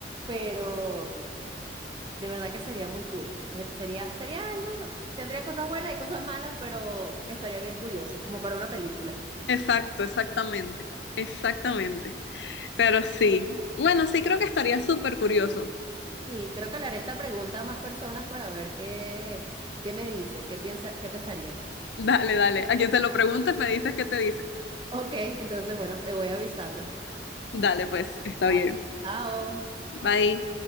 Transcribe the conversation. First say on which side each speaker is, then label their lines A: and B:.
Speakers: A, on the right; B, on the left.
A: pero mm, de verdad que sería muy cool. Te- Sería, sería algo, tendría cosas buenas y cosas malas, pero estaría bien curioso, como para una película.
B: Exacto, exactamente. Exactamente. Pero sí. Bueno, sí creo que estaría súper curioso.
A: Sí, creo que le haré esta pregunta a más personas para ver qué, qué me dicen, qué piensa, qué pensarían.
B: Dale, dale. A quien se lo preguntes me dices qué te dice.
A: Ok, entonces bueno, te voy avisando.
B: Dale, pues, está
A: Vale.
B: bien.
A: Chao.
B: Bye.